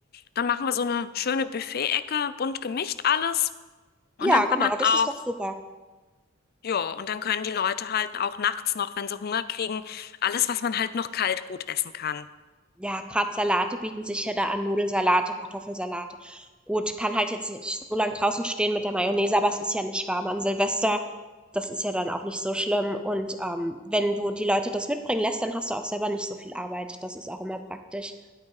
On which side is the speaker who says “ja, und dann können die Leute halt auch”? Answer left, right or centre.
Left